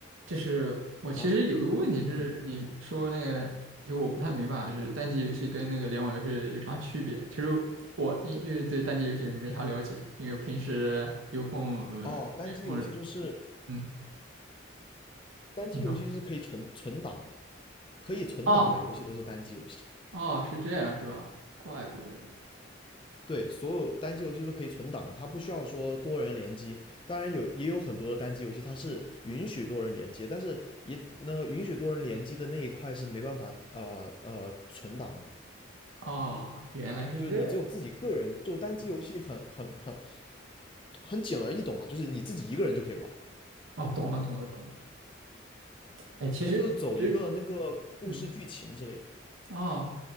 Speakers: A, on the right; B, on the left.
A: 就是我其实有一个问题，
B: 然后嗯
A: 就是你说那个，就我不太明白，就是单机游戏跟那个联网游戏有啥区别？其实我因因为对单机游戏没啥了解，因为平时有空呃没空，
B: 哦，单机游戏就是
A: 嗯。
B: 单机游戏就是可以存存档的，
A: 你说，
B: 可以存档的游戏都是单机游戏。
A: 哦哦，是这样是吧？怪不得，
B: 对，所有单机游戏都可以存档，它不需要说多人联机。当然有也有很多的单机游戏它是允许多人联机，但是一那允许多人联机的那一块是没办法呃呃存档的，
A: 哦，原来是这样，
B: 就是你只有自己个人，就单机游戏很很很很简而易懂嘛，就是你自己一个人就可以玩，
A: 哦，懂了懂了懂了。哎，其实其实，
B: 它就是走一个那个故事剧情之类的。
A: 嗯，哦，